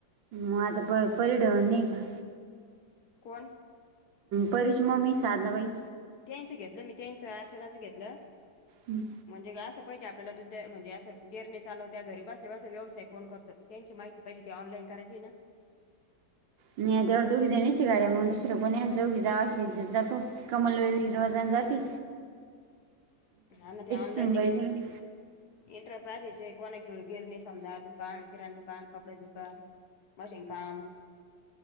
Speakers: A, on the right; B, on the left.
A: माज परिढं निका.
B: कोण?
A: परिची मम्मी साधबाई.
B: त्यांचं घेतलं मी, त्यांचं अर्चनाचं घेतलं.
A: हमं.
B: म्हणजे असं पाहिजे आपल्याला दुध म्हणजे असं, गिरणे चालव त्या, घरी बसले बसले व्यवसाय कोण करत. त्यांची माहिती पाहिजे होती, ऑनलाईन करायची ना.
A: नाही तेव दोघी जणीची गड्या, मग दुसरं कोण आम्ही चोघी जावा शेती जातो. कमलबाई रोजान जाती.
B: हा. ना.. ते ऑनलाईन‌
A: सून बाई
B: ये.
A: जाते.
B: इंटरप्रायजेचे कोणा ग- गिरणी समजा दुकान, किराण दुकान, कपडे दुकान. मशिन काम.